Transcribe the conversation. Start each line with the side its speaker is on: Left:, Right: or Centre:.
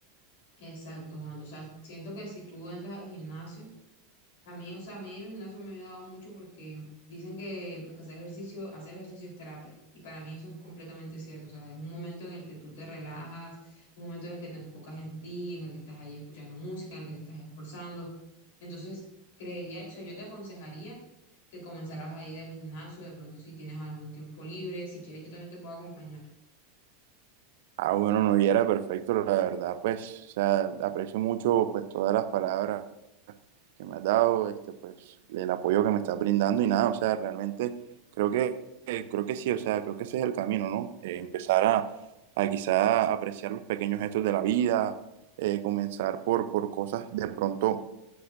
Left: Exacto, Juan. O sea, siento que si tú entras al gimnasio, a mí, o sea, a mí el gimnasio me ha ayudado mucho porque dicen que que hacer ejercicio, hacer ejercicio es terapia. Y para mí eso es completamente cierto. O sea, es un momento en el que tú te relajas, un momento en el que te enfocas en ti, en el que estás ahí escuchando música, en el que te estás esforzando. Entonces, creería, o sea, yo te aconsejaría que comenzaras a ir al gimnasio, de pronto si tienes algún tiempo libre, si quieres, yo también te puedo acompañar.
Right: Ah, bueno, no, y era perfecto, la verdad, pues, o sea, aprecio mucho pues todas las palabras que me has dado, este, pues el apoyo que me estás brindando y nada, o sea, realmente creo que, eh, creo que sí, o sea, creo que ese es el camino, ¿no? Eh, empezar a, a quizá apreciar los pequeños gestos de la vida, eh, comenzar por, por cosas de pronto